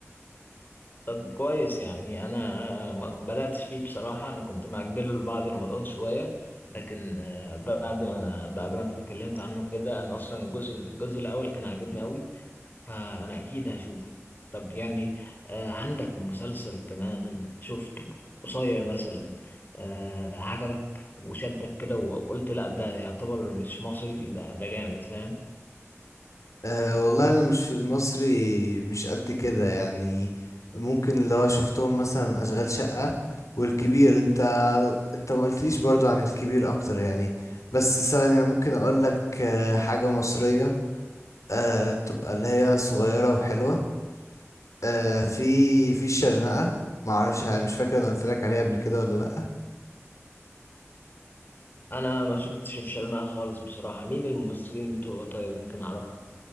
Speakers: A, on the left; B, on the left.
A: طب كويس يعني انا ما بدأتش فيه بصراحة انا كنت مأجله لبعد رمضان شوية لكن آه، بعد ما بعد ما انت اتكلمت عنه كده انا اصلا الجزء الجزء الاول كان عاجبني قوي فأنا أكيد هشوفه طب يعني آه عندك مسلسل كمان شفته قصير مثلا آه عجبك وشدك كده وقلت لأ ده يعتبر مش مصري ده ده جامد فاهم
B: أه والله انا مش في المصري مش قد كده يعني ممكن لو شفتهم مثلا اشغال شقه والكبير انت انت ما قلتليش برضو عن الكبير اكتر يعني بس ثواني انا ممكن اقول لك آه، حاجه مصريه آه تبقى اللي هي صغيرة وحلوة آه في في الشرنقة معرفش مش فاكر انا قلت لك عليها قبل كده ولا لأ
A: أنا ما شفتش الشرنقة خالص بصراحة مين الممثلين بتوعه طيب يمكن أعرفه